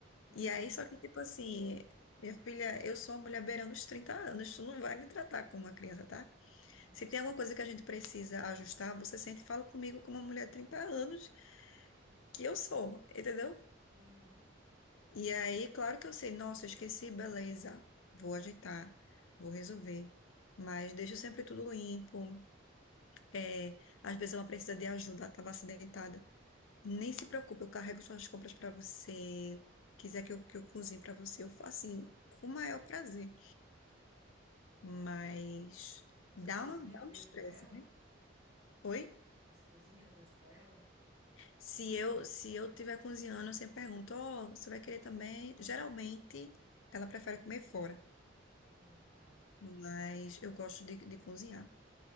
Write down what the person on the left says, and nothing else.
E aí, só que, tipo assim, minha filha, eu sou uma mulher beirando os 30 anos, tu não vai me tratar como uma criança, tá?
Se tem alguma coisa que a gente precisa ajustar, você sente e fala comigo como uma mulher de 30 anos, que eu sou, entendeu?
E aí, claro que eu sei, nossa, eu esqueci, beleza, vou ajeitar, vou resolver. Mas deixo sempre tudo limpo. É, às vezes ela precisa de ajuda, ela estava acidentada. Nem se preocupe, eu carrego suas compras para você. Quiser que eu, que eu cozinhe para você, eu faço assim, com o maior prazer. Mas
dá,
um, dá
um estresse,
né? Oi?
Se eu, se eu tiver cozinhando, eu sempre pergunto, ó, você vai querer também? Geralmente, ela prefere comer fora,
mas eu gosto de, de cozinhar.